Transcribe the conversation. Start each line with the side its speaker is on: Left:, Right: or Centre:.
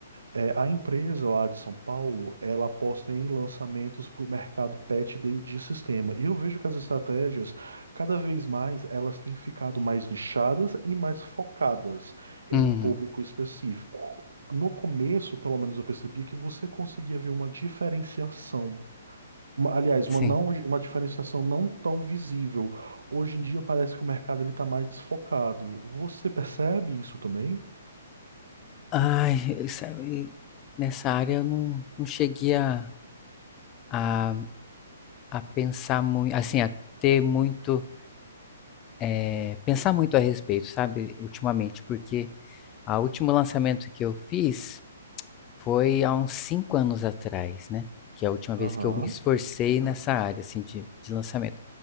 Right: é, a empresa lá de São Paulo, ela aposta em lançamentos para o mercado pet de, de sistema. E eu vejo que as estratégias, cada vez mais, elas têm ficado mais nichadas e mais focadas em
Left: Uhum.
Right: um público específico. No começo, pelo menos, eu percebia que você conseguia ver uma diferenciação. Uma- Aliás,
Left: Sim.
Right: uma não, uma diferenciação não tão visível. Hoje em dia parece que o mercado ele está mais focado. Você percebe isso também?
Left: Ai, sabe, nessa área eu não, não cheguei a, a, a pensar muito, assim, a ter muito, é, pensar muito a respeito, sabe, ultimamente, porque a último lançamento que eu fiz Foi há uns 5 anos atrás, né, que é a última vez
Right: Aham,
Left: que eu me esforcei nessa área, assim, de de lançamento.